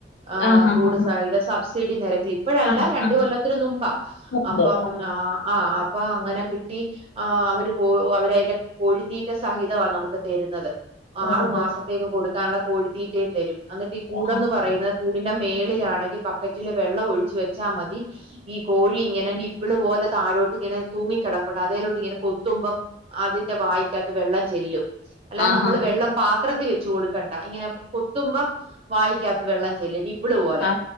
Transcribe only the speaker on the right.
ആഹ്
കൂടു
സഹിതം സബ്സിഡി നിരക്കിൽ ഇപ്പഴല്ല
രണ്ട്
കൊല്ലത്തിന് മുമ്പാ.
അപ്പം
ആഹ് ആ അപ്പൊ അങ്ങനെ കിട്ടി. ആ അവര് കോ അവര അയ്ന്റെ കോഴിത്തീറ്റ സഹിതവാ നമുക്ക് തരുന്നത്. ആറു
മാസത്തേക്ക് കൊട്ക്കാള്ള കോഴിത്തീറ്റയും തരും അന്നിട്ട് ഈ കൂടന്ന്
പറയുന്ന കൂടിന്റെ മേളിലാണെങ്കി ബക്കറ്റില് വെള്ളം ഒഴിച്ച് വെച്ചാ മതി ഈ കോഴി ഇങ്ങനെ നി പ്പ്ള് പോലെ താഴോട്ട് ഇങ്ങനെ തൂങ്ങി കെടപ്പുണ്ട് അതേലോട്ട് ഇങ്ങനെ കൊത്തുമ്പം. അതിന്റെ വായിക്കകത്ത് വെള്ളം ചെല്ലും അല്ലാതെ
നമ്മള് വെള്ളം പാത്രത്തി വെച്ചു കൊട് ക്കണ്ട ഇങ്ങനെ കൊത്തുമ്പം വായിക്കകത്ത് വെള്ളം ചെല്ലു നി പ്പ്ള് പോലെ